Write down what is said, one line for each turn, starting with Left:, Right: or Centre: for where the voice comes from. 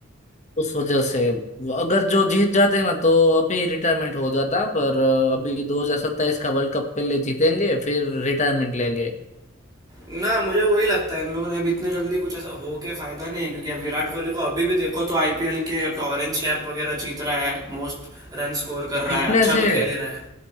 Left: उस वजह से वो अगर जो जीत जाते ना तो अभी रिटायरमेंट हो जाता पर अभी 2027 का वर्ल्ड कप पहले जीतेंगे फिर रिटायरमेंट लेंगे
Right: ना मुझे वही लगता है इन लोगों ने अभी इतने जल्दी कुछ ऐसा हो के फायदा नहीं है क्योंकि अब विराट कोहली को अभी भी देखो तो आईपीएल के तो ऑरेंज कैप वगैरह जीत रहा है मोस्ट रन स्कोर कर रहा
Left: फिटनेस
Right: है अच्छा
Left: है
Right: तो खेल ही रहा है